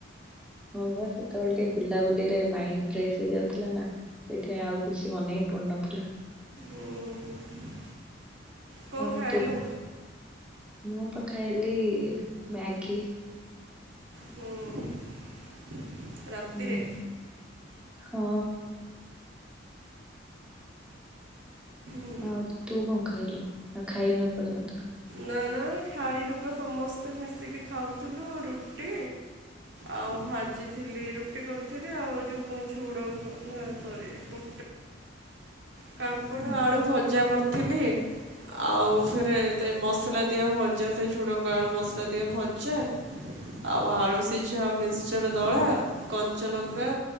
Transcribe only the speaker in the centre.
ହଁ ବା ସେତବଳେ ଟିକେ ବୁଲାବୁଲିରେ ମାଇଣ୍ଡ ଫ୍ରେଶ ହେଇଯାଉଥିଲା ନା। ସେଇଥିପାଇଁ ଆଉ କିଛି ମନେ ହିଁ ପଡୁନଥିଲା।
ହଉ
ତୁ ମୁଁ ତ ଖାଇଲି ଇ ଇ ମ୍ୟାଗି।
ହୁଁ, ହଁ।
ଆଉ ତୁ କଣ ଖାଇଲୁ ନା ଖାଇନୁ ଏ ପର୍ଯ୍ୟନ୍ତ?
<unintelligible>
ହୁଁ